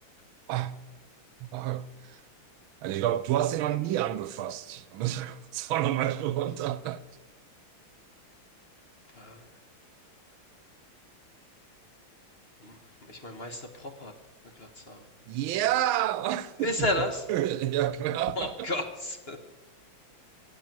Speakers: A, on the right; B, on the left.
A: Ah, ah. Also ich glaube, du hast ihn noch nie angefasst. Da müssen wir jetzt auch nochmal runter.
B: War- Hm, Ich meine, Meister Propp hat eine Glatze, aber.
A: Ja! <laughs>
B: Ist er das?
A: Ja, klar.
B: Oh Gott.